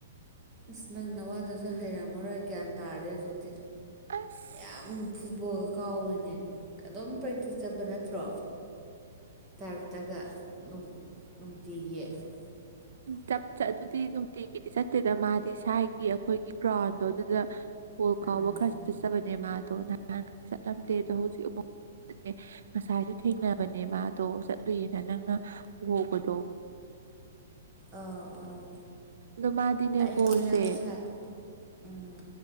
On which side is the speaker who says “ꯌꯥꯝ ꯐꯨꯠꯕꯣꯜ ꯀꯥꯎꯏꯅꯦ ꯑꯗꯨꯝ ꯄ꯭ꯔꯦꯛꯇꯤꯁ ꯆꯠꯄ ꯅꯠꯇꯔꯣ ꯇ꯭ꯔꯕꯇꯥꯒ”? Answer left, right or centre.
Right